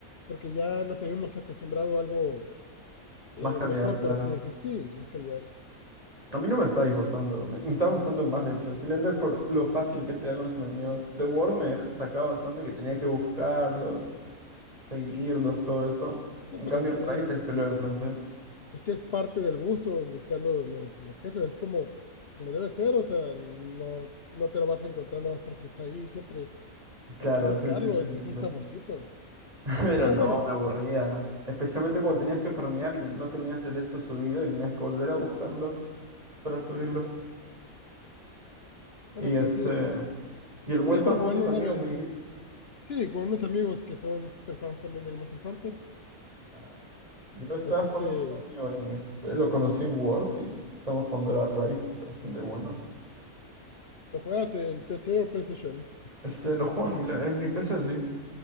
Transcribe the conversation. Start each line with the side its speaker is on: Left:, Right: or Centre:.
Left: porque ya nos habíamos acostumbrado a algo eh,
Right: Más calidad,
Left: mejor,
Right: claro.
Left: por así decir. Sí, más calidad.
Right: A mí no me está disgustando, me, me estaba gustando más de hecho. Simplemente por lo fácil que es pelear con los enemigos. The Word me dej- sacaba bastante que tenía que buscarlos, seguirlos, todo eso.
Left: No,
Right: En
Left: pero
Right: cambio,
Left: es,
Right: en
Left: es-
Right: Rise te peleo de frente.
Left: Es que es parte del gusto buscar los, los, los jefes, es como, pues, como debe ser, o sea, no, no te lo vas a encontrar nada más porque está ahí, siempre
Right: Claro,
Left: hay que buscarlo,
Right: sí, sí, te entiendo.
Left: ese es el saborcito.
Right: Pero
Left: Pero
Right: no,
Left: bueno,
Right: me aburría. Especialmente cuando tenías que farmear y no tenías el esto subido y tenías que volver a buscarlo para subirlo.
Left: <laughs> bueno,
Right: Y este.
Left: pues sí, sí,
Right: Y el
Left: si
Right: World
Left: es
Right: estaba
Left: para
Right: jugando
Left: jugarlo
Right: con tus
Left: una
Right: amigos,
Left: vez,
Right: me dijiste.
Left: sí, con unos amigos que son super fans también del Monster Hunter,
Right: Nice. Yo estaba
Left: así
Right: jugando
Left: que
Right: con un amigo ahí. Este, lo conocí en Word y estamos jugando a Raid. está Bastante bueno.
Left: lo juegas en PC o PlayStation.
Right: Este, lo juego en mi, la- en mi PC, sí.